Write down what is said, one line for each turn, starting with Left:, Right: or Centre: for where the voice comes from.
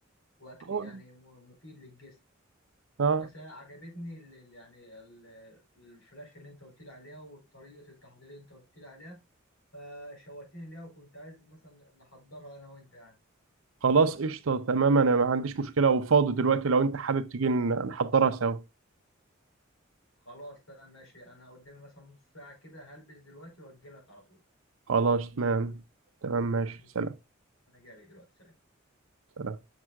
Left: واكل
Right: هو
Left: يعني م- مفيد للجسم
Right: اه
Left: بس انا عجبتني ال- ال- يعني ال- الفراخ اللي انت قلت لي عليها وطريقه التحضير اللي انت قلت لي عليها فشوقتني ليها وكنت عايز مثلا نحضرها انا وانت يعني
Right: خلاص قشطة تمام انا ما عنديش مشكلة وفاضي دلوقتي لو انت حابب تيجي ن- نحضرها سوا
Left: خلاص انا ماشي انا قدامي مثلا نص ساعه كده هلبس دلوقتي واجي لك على طول
Right: خلاص تمام تمام ماشي
Left: عشان انت-
Right: سلام
Left: انا جاي لك دلوقتي سلام
Right: سلام